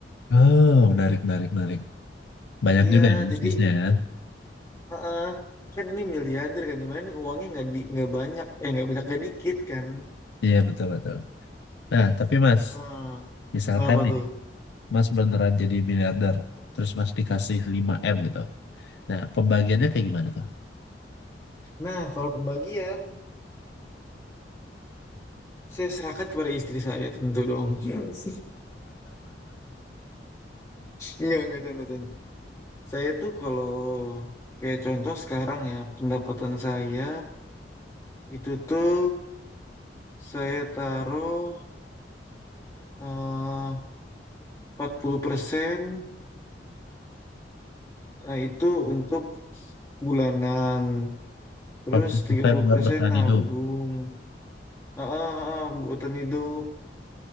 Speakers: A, on the left (about 75°); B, on the left (about 20°).
A: Oh, menarik, menarik, menarik. Banyak
B: Iya,
A: juga ya bisnisnya
B: jadi
A: ya.
B: heeh, kan ini miliarder kan dimana nih uangnya nggak di nggak banyak ya nggak banyak nggak dikit kan.
A: Iya, betul, betul. Nah, tapi Mas,
B: Nah,
A: misalkan
B: kenapa
A: nih,
B: tuh?
A: Mas beneran jadi miliarder, terus Mas dikasih lima m gitu. Nah, pembagiannya kayak gimana tuh?
B: Nah, kalau pembagian saya serahkan kepada istri saya tentu dong. <laughs> Yes. Enggak, enggak canda, canda. Saya tuh kalau kayak contoh sekarang ya, pendapatan saya itu tuh saya taruh eh, 40% eh, itu untuk bulanan.
A: <clears throat>
B: Terus
A: 40%
B: 30%
A: buat bertahan
B: nabung.
A: hidup.
B: Ah, ah, ah, buatan hidup.